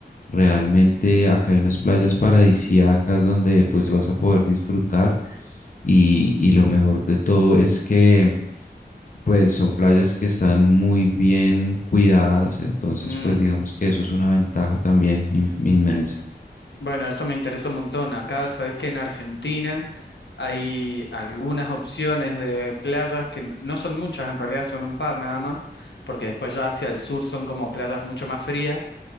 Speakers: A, on the left; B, on the left.
A: Realmente acá hay unas playas paradisíacas donde pues
B: Sí.
A: vas a poder disfrutar y, y lo mejor de todo es que pues son playas que están muy bien cuidadas, entonces
B: Mm,
A: pues digamos que eso es una ventaja también inf- inmensa.
B: Bueno, eso me interesa un montón. Acá, sabes que en Argentina hay algunas opciones de playas que n- no son muchas, en realidad son un par nada más, porque después ya hacia el sur son como playas mucho más frías.